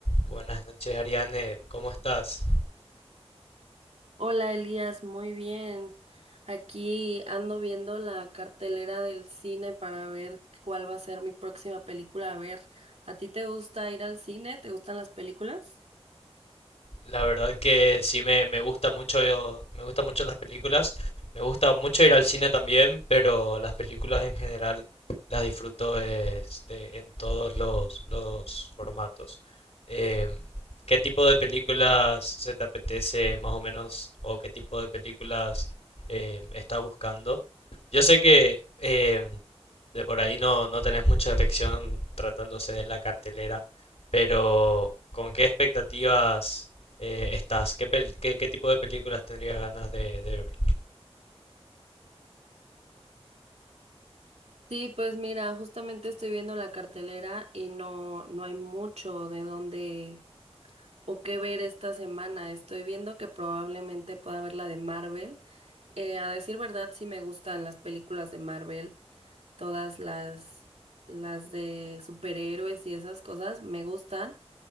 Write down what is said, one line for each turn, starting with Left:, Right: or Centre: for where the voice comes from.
Left: Buenas noches, Ariane. ¿Cómo estás?
Right: Hola Elías, muy bien. Aquí ando viendo la cartelera del cine para ver cuál va a ser mi próxima película. A ver, ¿a ti te gusta ir al cine? ¿Te gustan las películas?
Left: La verdad que sí me, me gusta mucho, yo- me gustan mucho las películas. Me gusta mucho ir al cine también, pero las películas en general las disfruto este, en todos los, los formatos. Eh, ¿qué tipo de películas se te apetece más o menos? ¿O qué tipo de películas eh, estás buscando? Yo sé que eh, de por ahí no, no tenés mucha elección tratándose de la cartelera, pero ¿con qué expectativas? eh, estás? ¿Qué, pel- qué, qué tipo de películas tendrías ganas de, de ver?
Right: Sí, pues mira, justamente estoy viendo la cartelera y no, no hay mucho de dónde o qué ver esta semana. Estoy viendo que probablemente pueda ver la de Marvel. Eh, a decir verdad, sí me gustan las películas de Marvel. todas las, las de superhéroes y esas cosas me gustan.